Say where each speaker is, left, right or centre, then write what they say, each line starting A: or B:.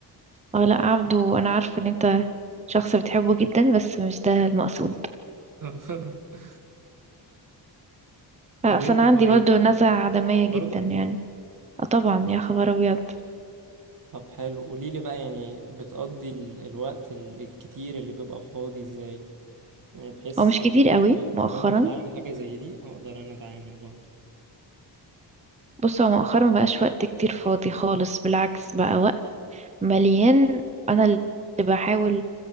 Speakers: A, on the right; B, on the right.
A: اه لا عبده انا عارفه ان انت شخص بتحبه جدا بس مش ده المقصود
B: <laughs>
A: لا،
B: طب
A: اصل
B: انتي
A: انا عندي
B: طيب
A: برضو
B: بقى
A: نزعة عدمية
B: برضو
A: جدا يعني اه طبعا يا خبر ابيض
B: طب حلو قوليلي بقى يعني بتقضي ال- الوقت ال- الكتير اللي بيبقى فاضي ازاي يعني بحيث
A: هو مش
B: لو
A: كتير
B: انت
A: قوي مؤخرا
B: لو انت بتعالجي حاجة زي دي اقدر انا اتعامل برضو
A: بص هو مؤخرا مبقاش وقت كتير فاضي خالص بالعكس بقى وقت مليان انا اللي بحاول